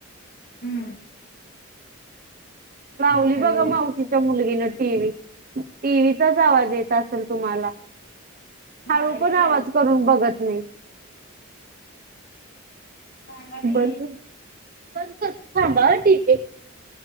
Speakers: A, on the left; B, on the right.
A: हम्म.
B: लावली
A: हॅलो
B: बघा मावशीच्या मुलगीन टीव्ही टीव्हीचाच आवाज येत असेल तुम्हाला
A: नाही
B: हळू पण आवाज
A: आला
B: करून बघत नाही
A: सांगा
B: बंद
A: की
B: बंद करतू थांबा हा टीव्ही